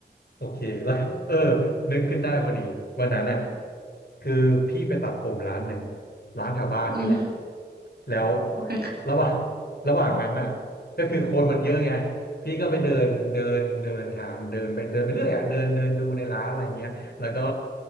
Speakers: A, on the left (about 60°); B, on the right (about 60°).
A: โอเคแล้วเออนึกขึ้นได้พอดีวันนั้นน่ะคือพี่ไปตัดผมร้านหนึ่งร้านแถวบ้านนี่แหละ
B: อืม
A: แล้ว
B: โอเค
A: ระหว่างระหว่างนั้นน่ะก็คือคนมันเยอะไงพี่ก็ไปเดินเดินเดินถามเดินไปเดินไปเรื่อยอ่ะเดินเดินดูในร้านอะไรเงี้ยแล้วก็